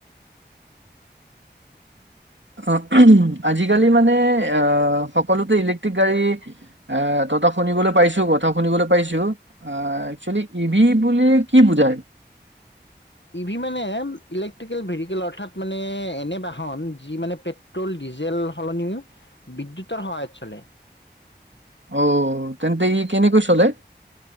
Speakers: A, on the right; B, on the left.
A: অ' আজিকালি মানে অ'সকলোতে ইলেক্ট্ৰিক গাড়ী এ তহত শুনিবলৈ পাইছো, কথা শুনিবলৈ পাইছো অ'একচুৱেলি ই বি বুলি কি বুজায়?
B: ই ভি মানে ইলেক্ট্ৰিকেল ভেৰিকেল অৰ্থাৎ মানে এনে বাহন যি মানে পে পেট্ৰ'ল, ডিজেল সলনি বিদ্যুতৰ সহায়ত চলে।
A: অ'তেন্তে ই কেনেকৈ চলে?